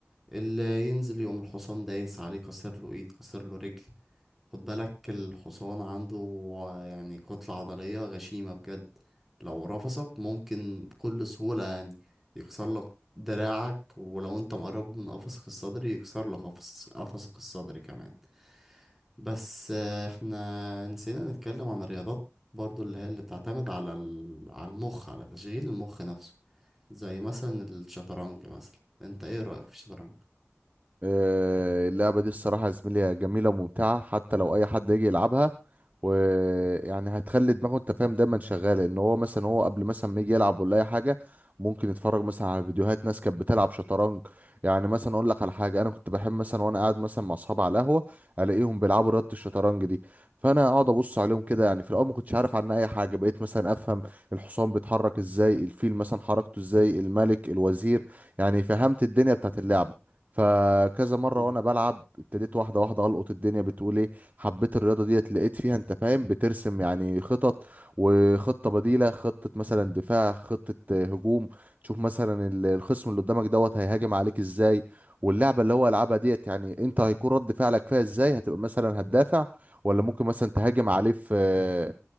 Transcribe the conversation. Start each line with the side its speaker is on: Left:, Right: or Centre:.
Centre: اللي ينزل يقوم الحصان دايس عليه كسر له ايد كسر له رجل خد بالك الحصان عنده يعني كتلة عضلية غشيمة بجد لو رفسك ممكن بكل سهولة يعني يكسر لك دراعك ولو انت مقربه من قفصك الصدري يكسر لك قفص قفصك الصدري كمان بس آه، احنا نسينا نتكلم عن الرياضات برضو اللي هي اللي بتعتمد على ال... على المخ على تشغيل المخ نفسه زي مثلا الشطرنج مثلا انت ايه رأيك في الشطرنج؟
Right: آه، اللعبة دي الصراحة يا زميلي جميلة وممتعة حتى لو أي حد يجي يلعبها ويعني هتخلي دماغه أنت فاهم دايما شغالة إن هو مثلا هو قبل مثلا ما يجي يلعب ولا أي حاجة ممكن يتفرج مثلا على فيديوهات ناس كانت بتلعب شطرنج يعني مثلا أقول لك على حاجة أنا كنت بحب مثلا وأنا قاعد مثلا مع أصحابي على القهوة ألاقيهم بيلعبوا رياضة الشطرنج دي فأنا أقعد أبص عليهم كده يعني في الأول ما كنتش عارف عنها أي حاجة بقيت مثلا أفهم الحصان بيتحرك إزاي الفيل مثلا حركته إزاي الملك الوزير يعني فهمت الدنيا بتاعت اللعبة فكذا مره
Centre: مم.
Right: وانا بلعب ابتديت واحده واحده القط الدنيا بتقول ايه حبيت الرياضه ديت لقيت فيها انت فاهم بترسم يعني خطط وخطه بديله خطه مثلا دفاع خطه آه، هجوم تشوف مثلا ال- الخصم اللي قدامك دوت هيهاجم عليك ازاي واللعبه اللي هو يلعبها ديت يعني انت هيكون رد فعلك فيها ازاي هتبقى مثلا هتدافع ولا ممكن مثلا تهاجم عليه في